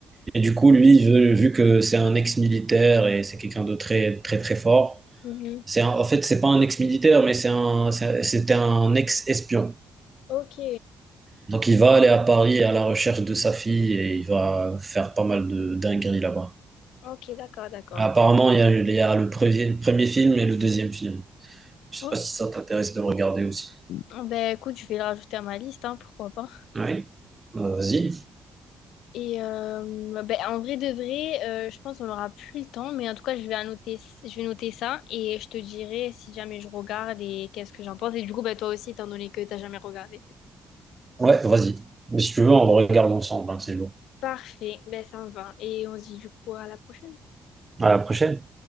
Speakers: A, on the right (about 25°); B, on the left (about 85°).
A: Et du coup, lui, il veut- vu que c'est un ex-militaire et c'est quelqu'un de très, très, très fort,
B: Mhm.
A: c'est un- en fait, c'est pas un ex-militaire, mais c'est un, c'est- c'était un ex-espion.
B: Ok,
A: Donc, il va aller à Paris à la recherche de sa fille et il va faire pas mal de dingueries là-bas.
B: ok, d'accord, d'accord.
A: Apparemment, il y a, il y a le premier, premier film et le deuxième film. Je sais
B: Ok.
A: pas si ça t'intéresse de le regarder aussi.
B: Ben écoute, je vais le rajouter à ma liste, hein, pourquoi pas.
A: Oui. Bah, vas-y.
B: Et euh, ben, en vrai de vrai, euh, je pense qu'on n'aura plus le temps, mais en tout cas, je vais annoter, je vais noter ça et je te dirai si jamais je regarde et qu'est-ce que j'en pense. Et du coup, ben, toi aussi, étant donné que t'as jamais regardé.
A: Ouais, vas-y. Mais si tu veux, on regarde ensemble, hein, c'est lourd.
B: Parfait, ben ça me va. Et on se dit du coup à la prochaine.
A: À la prochaine.